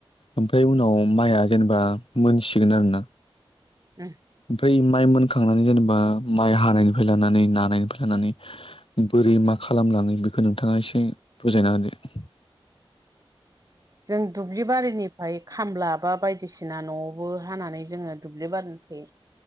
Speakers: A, on the left; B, on the right.
A: ओमफ्राय उनाव माइआ जेनेबा मोनसिगोन आरो ना
B: <unintelligible>
A: ओमफ्राय माइ मोनखांनानै जेनेबा माइ हानायनिफ्राय लानानै नानायनिफ्राय लानानै बोरै मा खालामलाङो बेखौ नोंथाङा एसे बुजायना होदो
B: जों दुब्लि बारिनिफ्राय खामला बा बायदिसिना न'आवबो हानानै जोङो दुब्लि